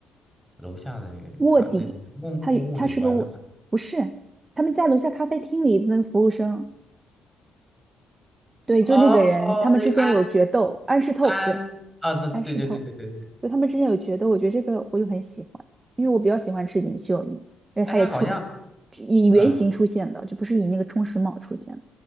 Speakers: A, in the centre; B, on the right.
A: 楼下的那个警察，
B: 卧底，
A: 那个木木木警官吗？
B: 他他是个卧，不是，他们在楼下咖啡厅里那个服务生，
A: <laughs>
B: 对，
A: 哦，
B: 就那个人，
A: 那个安
B: 他们之间有决斗，安室透，
A: 安啊，
B: 对。
A: 对对对对对对对，
B: 安石头，就他们之间有觉得，我觉得这个我就很喜欢，因为我比较喜欢赤井秀一，而且他也出
A: 哎，他好像，
B: 以原型出现的，
A: 嗯，
B: 就不是以那个冲绳茂出现的。